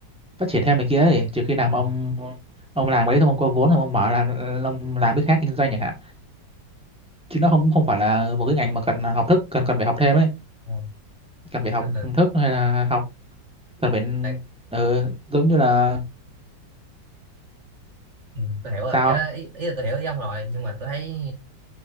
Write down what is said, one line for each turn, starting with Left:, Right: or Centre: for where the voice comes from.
Centre: phát triển thêm này kia ấy trừ khi nào
Right: ừ.
Centre: mà ông ông làm đấy xong ông có vốn xong ông mở là ông làm cái khác kinh doanh chẳng hạn chứ nó không không phải là một cái ngành mà cần học thức cần cần phải học thêm ấy
Right: Ờ,
Centre: cần phải học
Right: nên là
Centre: thức hay là học cần phải
Right: tại,
Centre: ờ, giống như là
Right: ừ, tôi hiểu rồi
Centre: sao
Right: cái đó ý, ý là tôi hiểu ý ông rồi nhưng mà tôi thấy